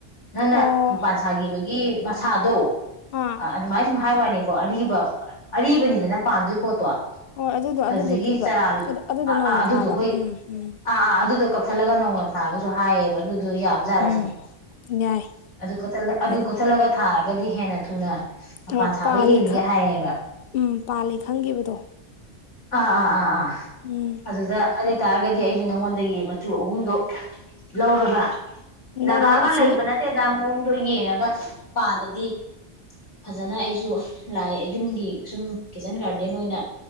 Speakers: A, on the left (about 85°); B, on the left (about 60°).
A: ꯅꯪꯅ
B: ꯑꯣ
A: ꯅꯨꯄꯥꯥꯟ ꯁꯥꯈꯤꯕꯒꯤ ꯃꯁꯥꯗꯣ
B: ꯑꯥ
A: ꯑ ꯑꯗꯨꯃꯥꯏꯅ ꯁꯨꯝ ꯍꯥꯏꯕꯅꯤ ꯀꯣ ꯑꯔꯤꯕ ꯑꯔꯤꯕꯅꯤꯗꯅ ꯄꯥꯟꯗꯣꯏ ꯄꯣꯠꯇꯣ
B: ꯍꯣꯏ ꯑꯗꯨꯗꯣ ꯑꯗꯨꯗꯣ
A: ꯑꯗꯨꯒꯤ
B: ꯄꯤꯕ
A: ꯇꯔꯜ
B: ꯑꯗꯨ ꯑꯗꯨꯗꯣ ꯅꯧꯅ
A: ꯑꯗꯨꯗꯣ
B: ꯊꯥꯕ
A: ꯍꯣꯏ
B: ꯎꯝ ꯎꯝ
A: ꯑ ꯑꯗꯨꯗꯣ ꯀꯛꯊꯠꯂꯒ ꯅꯧꯅ ꯊꯥꯕꯁꯨ ꯍꯥꯏꯌꯦꯕ ꯑꯗꯨ ꯑꯗꯨ ꯌꯥꯕ ꯌꯥꯥꯔꯁꯤꯅꯦ
B: ꯎꯝ ꯌꯥꯏ
A: ꯑꯗꯨ ꯑꯗꯨ
B: ꯍꯥꯏꯗꯤ
A: ꯀꯣꯊꯜꯂꯒ ꯊꯥꯔꯒꯗꯤ ꯍꯦꯟꯅ ꯊꯨꯅ ꯃꯄꯥꯟ
B: ꯍꯣꯏ
A: ꯁꯥꯕ
B: ꯄꯥꯜꯂꯤ
A: ꯍꯦꯜꯂꯤꯒ ꯍꯥꯏꯌꯦꯕ
B: ꯎꯝ ꯄꯥꯜꯂꯤ ꯈꯪꯈꯤꯕꯗꯣ
A: ꯑꯥ ꯑꯥ ꯑꯥ ꯑꯥ
B: ꯎꯝ
A: ꯑꯗꯨꯗ ꯑꯗꯨ ꯑꯣꯏ ꯇꯥꯔꯒꯗꯤ ꯑꯩꯁꯨ ꯅꯪꯉꯣꯟꯗꯒꯤ ꯃꯆꯨ ꯑꯍꯨꯝꯗꯣ ꯂꯧꯔꯒ ꯖꯒꯥꯒ
B: ꯂꯧ ꯂꯧ ꯑꯁꯤꯒꯤ
A: ꯂꯩꯕ ꯅꯠꯇꯦꯗ ꯃꯑꯣꯡꯗꯣ ꯌꯦꯡꯉꯒ ꯄꯥꯜꯂꯗꯤ ꯐꯖꯅ ꯑꯩꯁꯨ ꯂꯥꯛꯑ ꯌꯨꯝꯒꯤ ꯁꯨꯝ ꯀꯤꯠꯆꯟ ꯒꯥꯔꯗꯦꯟ ꯑꯣꯏꯅ